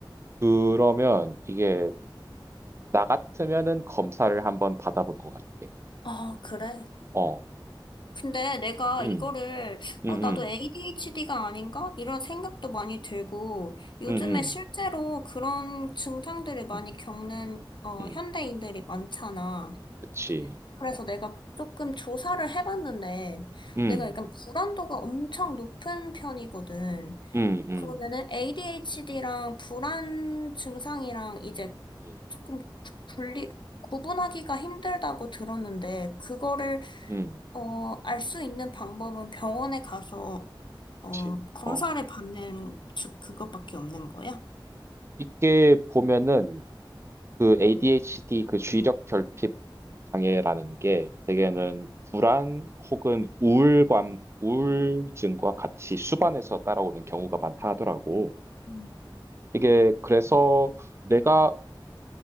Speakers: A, on the right; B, on the left.
A: 그러면 이게 나 같으면은 검사를 한번 받아볼 것 같아.
B: 아, 그래.
A: 어,
B: 근데 내가
A: 음,
B: 이거를,
A: 음,
B: 어,
A: 음,
B: 나도 ADHD가 아닌가? 이런 생각도 많이 들고, 요즘에
A: 음,
B: 실제로
A: 음,
B: 그런 증상들을 많이
A: 음,
B: 겪는, 어,
A: 음,
B: 현대인들이 많잖아.
A: 그치.
B: 그래서
A: 어,
B: 내가 조금 조사를 해봤는데,
A: 음,
B: 내가 약간 불안도가 엄청 높은 편이거든.
A: 음, 음,
B: 그러면은 ADHD랑 불안 증상이랑 이제
A: 음,
B: 조금 구- 분리, 구분하기가 힘들다고 들었는데, 그거를
A: 음, 음,
B: 어, 알 수 있는 방법은 병원에 가서, 어,
A: 그치.
B: 검사를
A: 어,
B: 받는 주- 그것밖에 없는 거야?
A: 이게 보면은 그 ADHD 그 주의력 결핍 장애라는 게 대개는 불안 혹은 우울감, 우울증과 같이 수반해서 따라오는 경우가 많다 하더라고.
B: 음.
A: 이게 그래서 내가